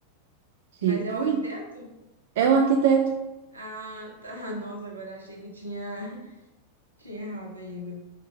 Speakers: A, on the right; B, on the right.
A: tipo,
B: Mas é o arquiteto?
A: isso. é o arquiteto
B: Ah, tá. <laughs> Nossa, agora achei que tinha, <laughs> tinha errado ainda.